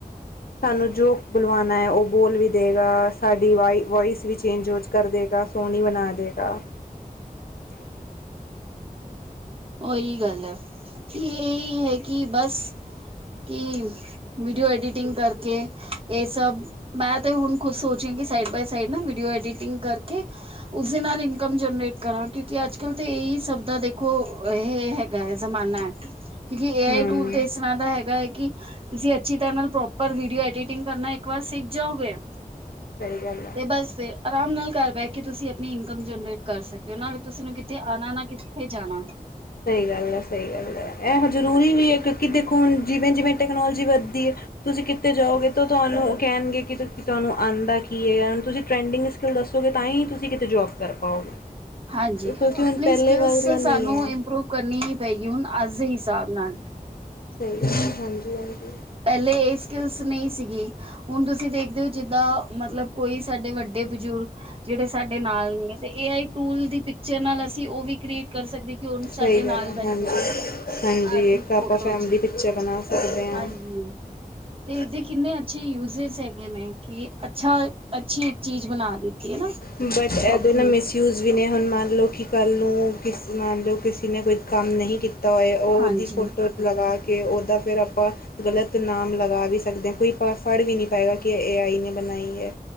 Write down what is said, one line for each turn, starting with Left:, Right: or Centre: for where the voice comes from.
Left: ਤਾਨੂੰ ਜੋ ਬੁਲਵਾਨਾ ਐ ਓ ਬੋਲ ਵੀ ਦੇਗਾ ਸਾਡੀ ਵਾਈ ਵੋਇਸ ਵੀ ਚੇਂਜ ਓਚ ਕਰ ਦੇਗਾ ਸੋਣੀ ਬਣਾ ਦੇਗਾ। ਹੂੰ। <inaudible>
Right: ਓਈ ਗੱਲ ਐ ਕੀ ਇਹੀ ਹੈ ਕਿ ਬਸ ਕੀ ਵੀਡੀਓ ਐਡੀਟਿੰਗ ਕਰਕੇ ਏ ਸਭ। ਮੈਂ ਤੇ ਹੁਣ ਖੁਦ ਸੋਚ ਰੀ ਆਂ ਕਿ ਸਾਈਡ ਬਾਏ ਸਾਈਡ ਨਾ ਵੀਡੀਓ ਐਡੀਟਿੰਗ ਕਰਕੇ ਉਸਦੇ ਨਾਲ ਇਨਕਮ ਜਨਰੇਟ ਕਰਾਂ ਕਿਉਂਕਿ ਅੱਜ ਕੱਲ ਤੇ ਏਈ ਸਭ ਦਾ ਦੇਖ ਦੇਖੋ ਹੇ ਹੈਗਾ ਹੈ ਜ਼ਮਾਨਾ ਕਿਉਂਕਿ ਏ ਆਈ
Left: ਹਮ
Right: ਟੂਲ ਤੇ ਇਸ ਰ੍ਹਾ ਦਾ ਹੈਗਾ ਐ ਕਿ ਤੁਸੀ ਅੱਛੀ ਤਰ੍ਹਾਂ ਨਾਲ ਪ੍ਰੋਪਰ ਵੀਡੀਓ ਐਡੀਟਿੰਗ ਕਰਨਾ ਇੱਕ ਵਾਰ ਸਿੱਖ ਜਾਓਗੇ?
Left: ਸਹੀ ਗੱਲ ਹੈ
Right: ਤੇ ਬਸ ਫਿਰ ਅਰਾਮ ਨਾਲ ਘਰ ਬਹਿ ਕੇ ਤੁਸੀਂ ਆਪਣੀ ਇਨਕਮ ਜਨਰੇਟ ਕਰ ਸਕਦੇ ਓ ਨਾਲ ਤੁਸੀਂ ਨੂੰ ਕਿੱਤੇ ਆਉਣਾ ਨਾ ਕਿੱਥੇ ਜਾਣਾ।
Left: ਸਈ ਗੱਲ ਐ, ਸਈ ਗੱਲ ਐ ਇਹੋ ਜ਼ਰੂਰੀ ਵੀ ਏ ਕਿਉਂਕਿ ਦੇਖੋ ਹੁਣ ਜਿਵੇਂ ਜਿਵੇਂ ਟੈਕਨੋਲੋਜੀ ਵੱਧਦੀ ਏ ਤੁਸੀਂ ਕਿੱਤੇ ਜਾਓਗੇ ਤੋ ਤੁਆਨੂੰ ਓ ਕਹਿਣਗੇ ਕਿ ਕੀ ਤਾਨੂੰ ਆਂਦਾ ਕੀ ਹੈਗਾ ਹੁਣ ਤੁਸੀਂ ਟਰੈਂਡਿੰਗ ਸਕਿੱਲ ਦੱਸੋਗੇ ਤਾਂ ਈ ਤੁਸੀਂ ਕਿਤੇ ਜੋਬ ਕਰ ਪਾਓਗੇ।
Right: ਹਾਂਜੀ,
Left: ਕਿਉਂਕਿ ਹੁਣ
Right: ਆਪਣੀ
Left: ਪਹਿਲੇ
Right: ਸਕਿਲਸ
Left: ਵਰਗਾ ਨਹੀਂ
Right: ਸਾਨੂੰ
Left: ਹੈ।
Right: ਇੰਪਰੂਵ ਕਰਨੀ ਹੀ ਪਏਗੀ ਹੁਣ ਅੱਜ ਦੇ ਹਿਸਾਬ ਨਾਲ।
Left: ਸਈ <inaudible> ਹਾਂਜੀ, ਹਾਂਜੀ।
Right: ਪਹਿਲੇ ਏ ਸਕਿੱਲਸ ਨਈ ਸੀਗੀ। ਹੁਣ ਤੁਸੀਂ ਦੇਖਦੇ ਓ ਜਿੱਦਾਂ ਮਤਲਬ ਕੋਈ ਸਾਡੇ ਵੱਡੇ ਬਜ਼ੁਰਗ ਜੇੜੇ ਸਾਡੇ ਨਾਲ ਨੀ ਐ ਤੇ ਏ ਆਈ ਟੂਲ ਦੀ ਪਿੱਚਰ ਨਾਲ ਅਸੀਂ ਓ ਵੀ ਕ੍ਰੀਏਟ ਕਰ ਸਕਦੇ। ਕਿ ਹੁਣ ਸਾਡੇ
Left: ਸਈ
Right: ਨਾਲ
Left: ਗੱਲ ਆ
Right: ਬੈਠੇ
Left: ਹਾਂਜੀ,
Right: ਨੇ
Left: ਹਾਂਜੀ
Right: ਅੱਜ ਦੀ
Left: ਏਕ
Right: ਫੋਟੋ
Left: ਆਪਾਂ ਫੈਮਲੀ
Right: ਚ
Left: ਪਿੱਚਰ ਬਣਾ ਸਕਦੇ ਆਂ।
Right: ਹਾਂਜੀ
Left: ਹਾਂ। <inaudible>
Right: ਤੇ ਇਸਦੇ ਕਿੰਨੇ ਅੱਛੇ ਯੂਜਸ ਹੈਗੇ ਨੇ ਕਿ ਅੱਛਾ ਅੱਛੀ ਏਕ ਚੀਜ਼ ਬਣਾ ਦਿੱਤੀ ਐ ਨਾ।
Left: ਬਟ
Right: ਸੌਖੀ
Left: ਏਦੇ ਨਾ ਮਿਸ ਯੂਸ ਵੀ ਨੇ ਹੁਣ ਮੰਨ ਲੋ ਕਿ ਕੱਲ੍ਹ ਨੂੰ ਕਿਸ ਮੰਨ ਲੋ ਕਿਸੇ ਨੇ ਕੋਈ ਕੰਮ ਨਹੀਂ ਕੀਤ ਕੀਤਾ ਹੋਇਆ ਓ
Right: ਹਾਂਜੀ
Left: ਓਦੀ ਫੋਟੋ ਲਗਾ ਕੇ ਓਦਾ ਫਿਰ ਆਪਾਂ ਗ਼ਲਤ ਨਾਮ ਲਗਾ ਵੀ ਸਕਦੇ ਆਂ ਕੋਈ ਪਾ ਫੜ ਵੀ ਨਹੀਂ ਪਾਏਗਾ ਕਿ ਐ ਏ ਆਈ ਨੇ ਬਣਾਈ ਐ।